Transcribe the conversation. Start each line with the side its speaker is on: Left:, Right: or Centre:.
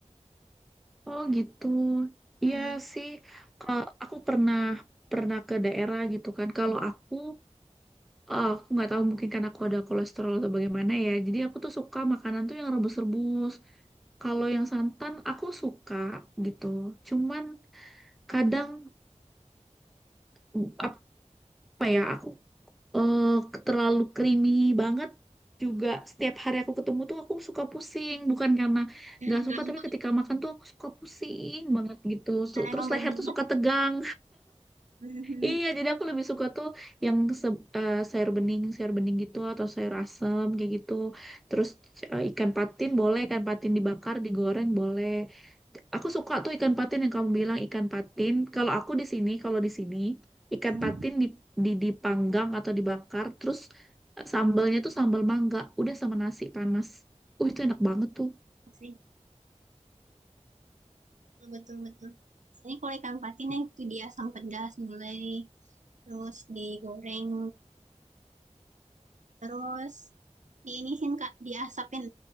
Centre: Oh gitu. Iya
Right: Hmm.
Centre: sih, Ka- aku pernah pernah ke daerah gitu kan. Kalau aku, eh, aku nggak tahu mungkin karena aku ada kolesterol atau bagaimana ya. Jadi aku tuh suka makanan tuh yang rebus-rebus. Kalau yang santan aku suka gitu. Cuman kadang mm, apa ya aku eh, terlalu creamy banget juga. Setiap hari aku ketemu tuh aku suka pusing. Bukan karena
Right: nah
Centre: nggak suka,
Right: Mhm.
Centre: tapi ketika makan tuh aku suka pusing banget gitu.
Right: karena
Centre: Su- Terus
Right: emang berminyak
Centre: leher tuh suka tegang.
Right: Mhm.
Centre: Iya, jadi aku lebih suka tuh yang se- eh, sayur bening, sayur bening gitu atau sayur asem kayak gitu. Terus eh, ikan patin boleh, ikan patin dibakar, digoreng boleh. Aku suka tuh ikan patin yang kamu bilang ikan patin. Kalau aku di sini, kalau di sini ikan
Right: Mhm.
Centre: patin di, di dipanggang atau dibakar, terus eh, sambalnya tuh sambal mangga, udah sama nasi panas. Uh, itu enak banget tuh.
Right: sih betul betul sini kalau ikan patin ya itu dia asam pedas mulai. terus digoreng, terus diinisin Kak, diasapin.